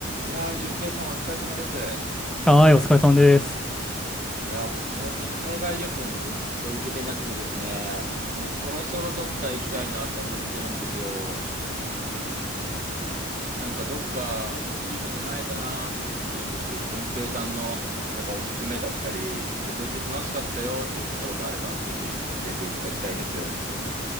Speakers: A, on the right; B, in the centre.
A: いやー、淳平さんお疲れ様です。
B: はい、お疲れ様です。
A: いやー、僕最近海外旅行にずっと行けてなくてですね、もうそろそろどっか行きたいなと思ってるんですよ。なんかどっかいいとこないかなと思ってるんですけど、淳平さんのなんかおすすめだったり、ここ行って楽しかったよっていうところがあれば、ぜひ教えていただきたいです。